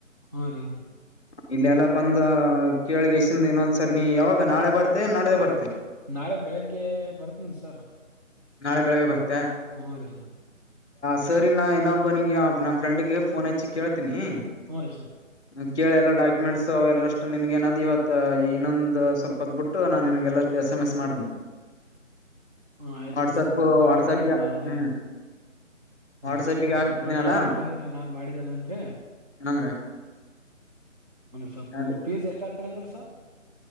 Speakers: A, on the right; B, in the centre.
A: ಹಾ ರೀ ಹಾ ರ
B: ಇಲ್ಲ ಎಲ್ಲ ಬಂದ ಕೇಳಿಗೆಸಿಂದ ಇನ್ನೊಂದ್ಸರಿ ನೀ ಯಾವಾಗ ನಾಳೆ ಬರ್ತೆ ನಡ್ದೆ ಬರ್ತೆ
A: ನಾಳೆ ಬೆಳಿಗ್ಗೆ ಬರ್ತನ ಸರ್
B: ನಾಳೆ ಬೆಳಗ್ಗೆ ಬರ್ತನೆ
A: ಹ್ಮ್ ರರಿ ಹಾ
B: ಸರಿ ನಾ ಏನೊಬ್ಬನಿಗೆ ನಮ್ಮ ಫ್ರೆಂಡ್ಗೆ ಫೋನ್ ಹಚ್ಚಿ ಕೇಳ <inaudible>
A: ಹ್ಞೂ ರೀ ಸರ್
B: ಕೇಳಿ ಎಲ್ಲ ಡಾಕ್ಯುಮೆಂಟ್ಸು ಎಲ್ಲಷ್ಟು ನಿಿನಗೇನಾದದು ಇವತ್ತು ಈ ಇನ್ನೊಂದು ಸ್ವಲ್ಪ ಹೊತ್ತು ಬಿಟ್ಟು ನಾನು ನಿಿನಗೆಲ್ಲಷ್ಟು ಎಸ್ ಎಮ್ ಎಸ್ ಮಾಡ್ತೀನಿ
A: ಹ್ಮ ಆಯ್ತ್ರಿೀ
B: ವಾಟ್ಸಪ್
A: ಸರ್ ಮಾಡ್ರಿ
B: ವಾಟ್ಸಪ್ಗೆ
A: ನಾನೇ
B: ಹ್ಮ್ ವಾಟ್ಸಪ್ಗೆ
A: ಹಾ ರೀ ಸ
B: ಹಾಕತ್ನಲ್ಲ
A: ಎ ತೆಗ್ದ್ ಇಟ್ಕೊಂತೀನ ನಾನ್ ಮಾಡಿದ್ದನದ್ರೆ
B: ಅಂದ್ರ
A: ಹ ಸ
B: ಅದೇ
A: ಪ್ಲಸ್ ಎಷ್ಟ್ ಆಗ್ತರ ಅಂದ್ರಿ ಸರ್